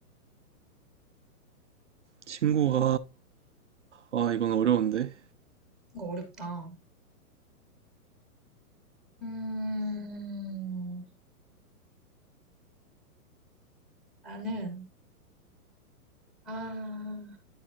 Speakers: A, on the right; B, in the centre.
A: 친구가, 아, 이건 어려운데.
B: 이거 어렵다. 음, 나는, 아,